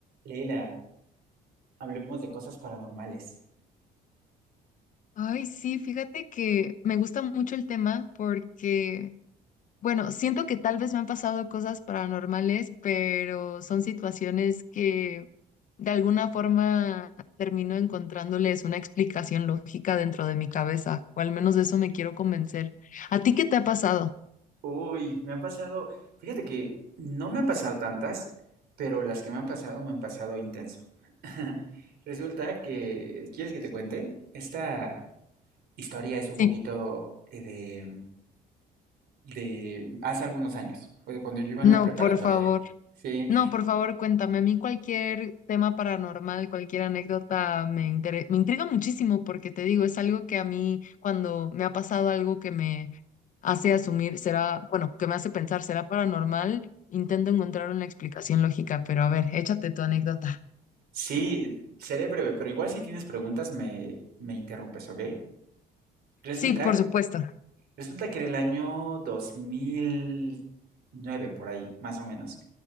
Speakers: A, on the right; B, on the left.
A: Leila, hablemos de cosas paranormales.
B: Ay, sí, fíjate que me gusta mucho el tema porque, bueno, siento que tal vez me han pasado cosas paranormales, pero son situaciones que de alguna forma termino encontrándoles una explicación lógica dentro de mi cabeza, o al menos de eso me quiero convencer. ¿A ti qué te ha pasado?
A: Uy, me han pasado, fíjate que no me han pasado tantas, pero las que me han pasado me han pasado intenso. <laughs> Resulta que, ¿quieres que te cuente? Esta historia es un
B: Sí,
A: poquito eh, de, de hace algunos años, o de cuando yo iba en
B: no,
A: la preparatoria.
B: por favor.
A: Sí,
B: No, por favor, cuéntame. A mí cualquier tema paranormal, cualquier anécdota me intere- me intriga muchísimo porque te digo, es algo que a mí cuando me ha pasado algo que me hace asumir, será, bueno, que me hace pensar, será paranormal, intento encontrar una explicación lógica, pero a ver, échate tu anécdota.
A: sí, seré breve, pero igual si tienes preguntas me, me interrumpes, ¿ok? Resulta
B: Sí, por supuesto.
A: Resulta que era el año dos mil nueve por ahí, más o menos.